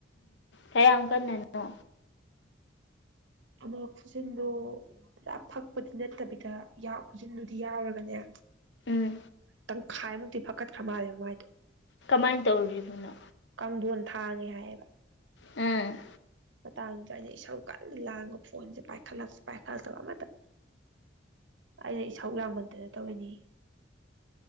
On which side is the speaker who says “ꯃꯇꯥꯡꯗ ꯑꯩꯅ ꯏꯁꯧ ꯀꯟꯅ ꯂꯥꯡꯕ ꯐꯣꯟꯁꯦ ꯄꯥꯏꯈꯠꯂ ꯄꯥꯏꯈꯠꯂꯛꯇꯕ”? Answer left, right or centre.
Right